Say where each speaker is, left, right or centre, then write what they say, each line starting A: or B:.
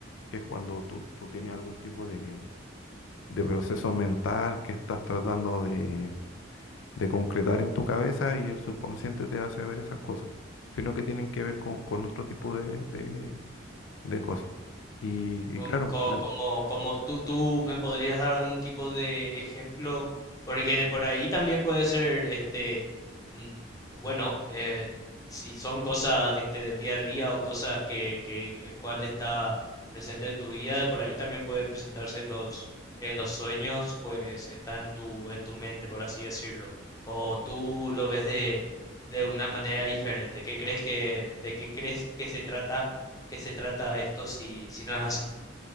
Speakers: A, on the left (about 80°); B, on the left (about 20°).
A: que es cuando tú, tú tienes algún tipo de, de proceso mental que estás tratando de, de concretar en tu cabeza y el subconsciente te hace ver esas cosas, sino que tienen que ver con, con otro tipo de, de- de cosas. Y,
B: Com-
A: y claro,
B: co- Como, como, tú, tú me podrías dar algún tipo de ejemplo, porque de por ahí también puede ser, este, mm, bueno, eh, si son cosas, este, del día a día o cosas que, que el cual está presente en tu vida, de por ahí también puede presentarse en los, en los sueños, pues está en tu, en tu mente, por así decirlo, o tú lo ves de, de una manera diferente. ¿Qué crees que, de qué crees que se trata, que se trata esto si, si no es así?